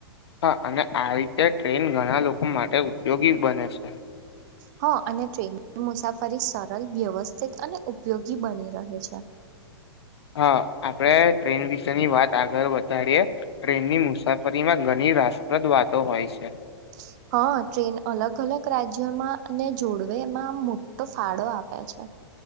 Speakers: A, on the left; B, on the right.
A: હા અને આવી રીતે ટ્રેન ઘણા લોકો માટે ઉપદ્યોગી બને છે.
B: હા અને ટ્રેનની મુસાફરી સરળ વ્યવસ્થિત અને ઉપયોગી બની રહે છે. <inaudible>
A: હા આપડે ટ્રેન વિશેની વાત આગળ વધારીએ ટ્રેનની મુસાફર રીમાં ઘણી રાસપ્રદ વાતો હોય છે.
B: હ <unintelligible> હા ટ્રેન અલગ અલગ રાજ્યોમાંને જોડવે એમાં આમ મોટો ફાળો આપે છે.